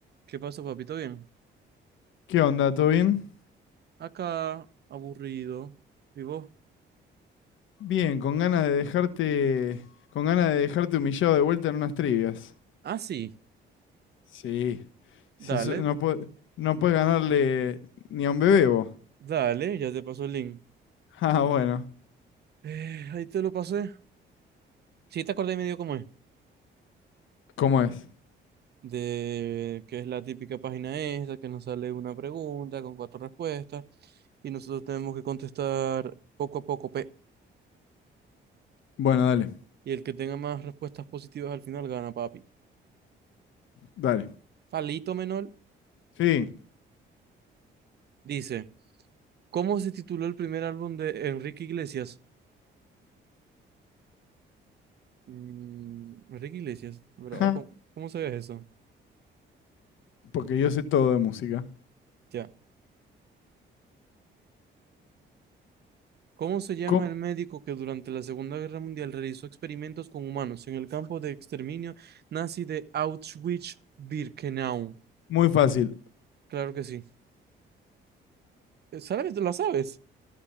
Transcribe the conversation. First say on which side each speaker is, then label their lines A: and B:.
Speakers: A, on the right; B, on the left.
A: ¿Qué pasó, papito? Bien.
B: ¿Qué onda? ¿Todo bien?
A: Acá, aburrido. ¿Y vos?
B: Bien, con ganas de dejarte, con ganas de dejarte humillado de vuelta en unas trivias.
A: Ah, sí.
B: Sí, sí,
A: Dale,
B: so- no pue- no puedes ganarle ni a un bebé vos. <laughs>
A: dale, ya te paso el link.
B: Ah, bueno,
A: Eh, ahí te lo pasé. Sí, te acordé medio cómo es.
B: ¿cómo es?
A: De que es la típica página esa, que nos sale una pregunta con cuatro respuestas y nosotros tenemos que contestar poco a poco, pe.
B: Bueno, dale,
A: Y el que tenga más respuestas positivas al final gana, papi.
B: dale.
A: Alito Menor
B: Sí,
A: dice, ¿cómo se tituló el primer álbum de Enrique Iglesias? Mm, Enrique Iglesias, pero
B: ja,
A: oh, ¿cómo, cómo sabías eso?
B: porque yo sé todo de música.
A: Ya. ¿Cómo se llama
B: Co-
A: el médico que durante la Segunda Guerra Mundial realizó experimentos con humanos en el campo de exterminio nazi de Auschwitz-Birkenau?
B: Muy fácil.
A: Claro que sí. Eh, ¿Sabes? ¿La sabes?